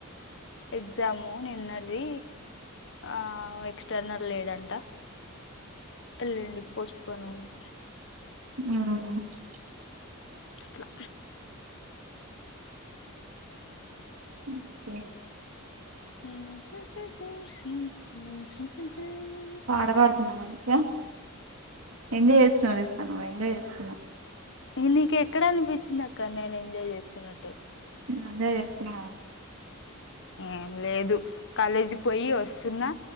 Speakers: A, on the left; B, on the right.
A: ఎగ్జాము నిన్నది ఆ ఎక్స్టర్నల్ లేడ్ంట వెల్లండి పోస్ట్ పోన్ అయింది
B: అ
A: అట్లా
B: ఓకే
A: <inaudible>
B: పాట పాడుతున్నాం అనిషగా ఎం్ చేస అాం ఎజా్ చేసన్నా
A: నీక ఎక్కడ అనిపించిందిక్క నేను ఎంజాయ్ చేస్తున్నట్టు
B: అందా చేసిన
A: ఆ లేదు కాలేజీ పోయి వస్తున్నా